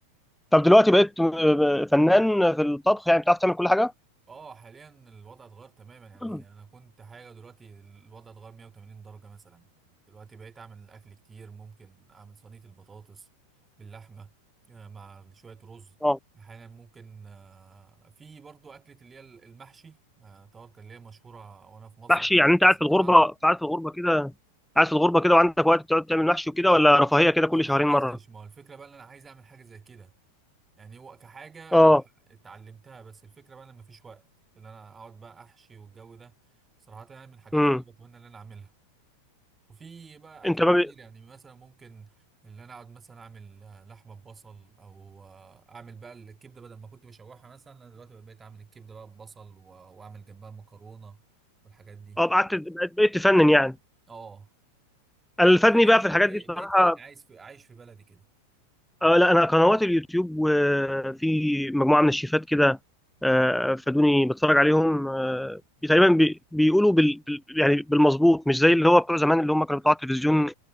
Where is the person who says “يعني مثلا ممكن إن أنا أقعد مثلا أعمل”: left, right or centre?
Right